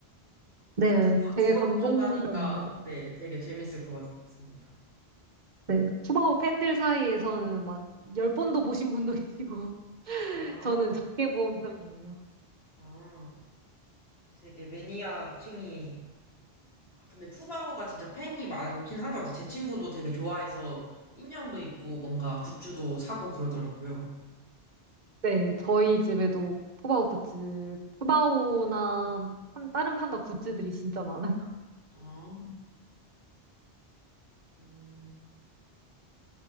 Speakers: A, on the right; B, on the left.
A: 네,
B: 또 두 번,
A: 되게
B: 두 번
A: 감동적이네요.
B: 보셨다니까, 네, 되게 재밌을 것 같습니다.
A: 네, 푸바오 팬들 사이에서는 막 열 번도 보신 분도 계시고, <laughs>
B: 아,
A: 저는 작게 본 편이에요.
B: 아, 또 되게 매니아층이, 아, 근데 푸바오가 진짜 팬이 많긴 한 것 같아요. 제 친구도 되게 좋아해서 인형도 있고, 뭔가 굿즈도 사고 그러더라고요.
A: 네, 저희 집에도 푸바오 굿즈, 푸바오나 판- 다른 판다 굿즈들이 진짜 많아요.
B: 아, 음.